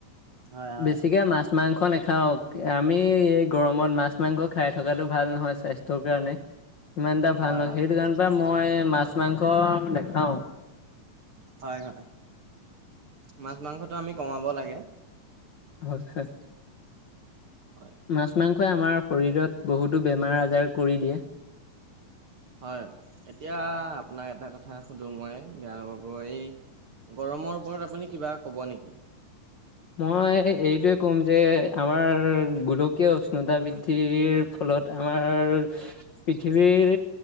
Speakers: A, on the right (about 50°); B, on the left (about 60°).
A: হয় হয়।
B: বেছিকে মাছ মাংস নাখাওঁ, আমি এই গৰমত মাছ মাংস খাই থকাটো ভাল নহয় স্বাস্থ্যৰ কাৰণে।
A: <inaudible>
B: ইমান এটা ভাল
A: হয়
B: নহয়,
A: হয়
B: সেইটোকাৰনৰপৰা মই মাছ মাংস নেখাওঁ।
A: হয় হয়, মাছ মাংসটো আমি কমাব লাগে।
B: হয় হয়।
A: হয়।
B: মাছ মাংসই আমাৰ শৰীৰত বহুতো বেমাৰ আজাৰ কৰি দিয়ে।
A: হয়, এতিয়া আপোনাক এটা কথা সুধো মই, বেয়া নাপাব, এই গৰমৰ ওপৰত আপুনি কিবা ক'ব নেকি?
B: মই এইটোৱে ক'ম যে আমাৰ গোলকীয় উষ্ণতা বৃদ্ধিৰ ফলত আমাৰ পৃথিৱীৰ,